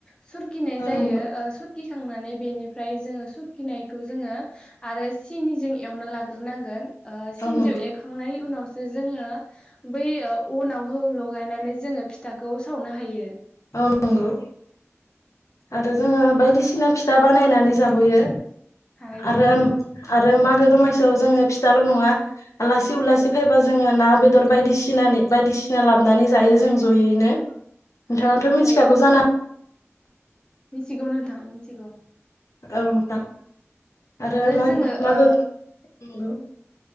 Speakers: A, on the left; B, on the left.
A: सुरखिनाय
B: औ
A: जायो
B: नंगौ
A: ओ सुर खिखांनानै बेनि निफ्राय जोङो सुखिनायखौ जोङो आरो सिनिजों एवना लाग्रोनांगोन ओ सिनिजौ
B: औ नंगौ
A: एरखांनायनि उनाव जो जोङो बै अनाव हो लगायनानै जोङो फिथाखौ सावनो हायो।
B: औ नंगौ आरो जोङो बायदिसिना फिथा बानायनानै जाबोयो।
A: हायो
B: आरो
A: नोंथां
B: आर रो मागो दमासियाव जोङो फिथाल' नङा आलासि उलासि फायबा जोङो ना बेदर बायदिसिनानि बायदिसिना लाबनानै जायो जों जयैनो। नोंथाङाथ'
A: हायो
B: मिथिखागौ
A: जायो नोंथां
B: जाना
A: मिथिगौ नोंथां मिथिगौ।
B: औ नोंथां आरो मागो
A: जोङो
B: मागो
A: ओ
B: नंगौ।